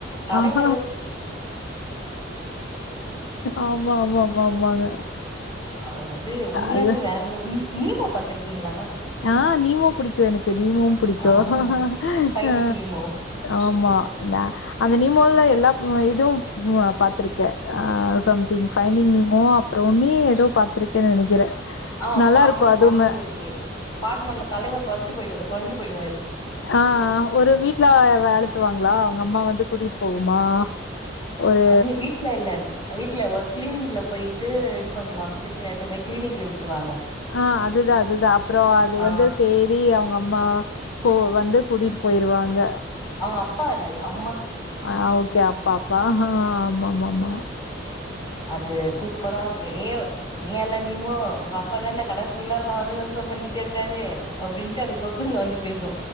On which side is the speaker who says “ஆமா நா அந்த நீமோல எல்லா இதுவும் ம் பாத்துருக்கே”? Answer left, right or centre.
Left